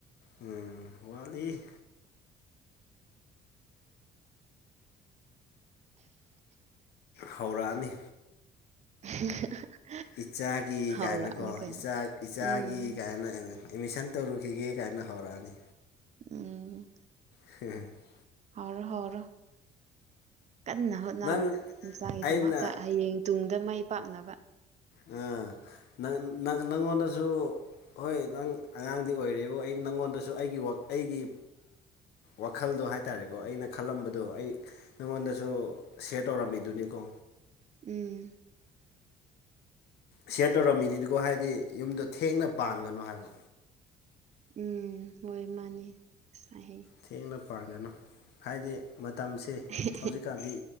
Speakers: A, on the left; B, on the right.
A: ꯎꯝ ꯋꯥꯠꯂꯤ ꯍꯧꯔꯛꯑꯅꯤ
B: <unintelligible>
A: ꯏꯆꯥꯒꯤ
B: ꯍꯧꯔꯛꯑꯅꯤ
A: ꯀꯥꯏꯅꯀꯣ
B: ꯀꯩꯅꯣ
A: ꯏꯆꯥ ꯏꯆꯥꯒꯤ
B: ꯎꯝ
A: ꯀꯥꯏꯅ ꯑꯦꯠꯃꯤꯁꯟ ꯇꯧꯔꯨꯈꯤꯒꯦ ꯀꯥꯏꯅ ꯍꯧꯔꯛꯑꯅꯤ꯫
B: ꯎꯝ
A: <unintelligible>
B: ꯍꯧꯔꯣ - ꯍꯧꯔꯣ꯫ ꯀꯟꯅ ꯍꯣꯠꯅꯔꯣ
A: ꯅꯪ
B: ꯅꯆꯥꯒꯤꯗꯃꯛꯇ
A: ꯑꯩꯅ
B: ꯍꯌꯦꯡ ꯇꯨꯡꯗ ꯃꯥꯏ ꯄꯥꯛꯅꯕ꯫
A: ꯑꯥ ꯅꯪ ꯅꯪ ꯅꯪꯉꯣꯟꯗꯁꯨ ꯍꯣꯏ ꯅꯪ ꯑꯉꯥꯡꯗꯤ ꯑꯣꯏꯔꯤꯕꯨ ꯑꯩ ꯅꯪꯉꯣꯟꯗꯁꯨ ꯑꯩꯒꯤ ꯋꯥ ꯑꯩꯒꯤ ꯋꯥꯈꯜꯗꯣ ꯍꯥꯏꯇꯥꯔꯦꯀꯣ ꯑꯩꯅ ꯈꯜꯂꯝꯕꯗꯣ ꯑꯩ ꯅꯉꯣꯟꯗꯁꯨ ꯁꯦꯌꯔ ꯇꯧꯔꯝꯃꯤꯗꯨꯅꯤꯀꯣ
B: ꯎꯝ
A: ꯁꯤꯌꯔ ꯇꯧꯔꯝꯃꯤꯅꯤꯅꯀꯣ ꯍꯥꯏꯗꯤ ꯌꯨꯝꯗꯣ ꯊꯦꯡꯅ ꯄꯥꯟꯒꯅꯣ ꯍꯥꯏꯕ꯫
B: ꯎꯝ ꯍꯣꯏ ꯃꯥꯅꯤ ꯁꯥꯏꯍꯦꯕ ꯫
A: ꯊꯦꯡꯅ ꯄꯥꯟꯒꯅꯨ ꯍꯥꯏꯗꯤ ꯃꯇꯝꯁꯦ
B: <unintelligible>
A: ꯍꯧꯖꯤꯛꯀꯥꯟꯗꯤ